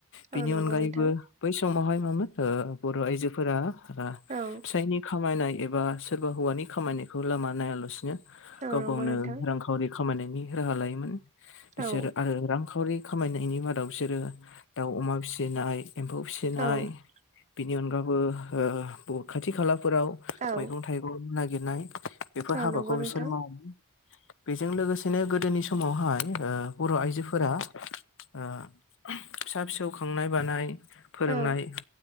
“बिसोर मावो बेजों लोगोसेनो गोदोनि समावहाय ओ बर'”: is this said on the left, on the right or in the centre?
Left